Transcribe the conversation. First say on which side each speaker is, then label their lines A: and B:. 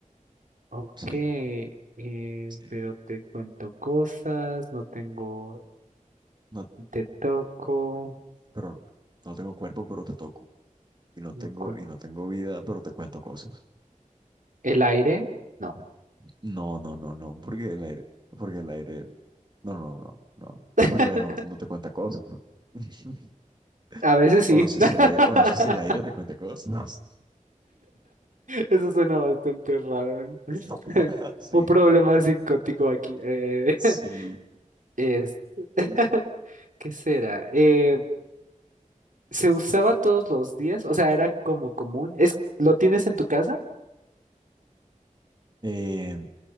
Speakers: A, on the right; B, on the right.
A: Ok,
B: Sí,
A: eh,
B: sí.
A: pero te cuento cosas. No tengo,
B: No,
A: te toco.
B: pero no tengo cuerpo, pero te toco. Y no
A: no
B: tengo,
A: cuerpo-
B: y no tengo vida, pero te cuento cosas.
A: ¿El aire? No.
B: No, no, no, no. Porque el aire, porque el aire. No, no, no, no. no,
A: <laughs>
B: Porque el aire no te, no te cuenta cosas. <laughs>
A: A veces sí.
B: O no sé
A: <laughs>
B: si el aire, o no sé si el aire te cuenta cosas.
A: Eso suena bastante raro, ¿no? <laughs>
B: <laughs> Sí,
A: Un problema psicótico aquí. eh,
B: sí.
A: <laughs> es- <laughs> ¿qué será? Eh, ¿se usaba todos los días? O sea, era como común. ¿Es, lo tienes en tu casa?
B: Eh,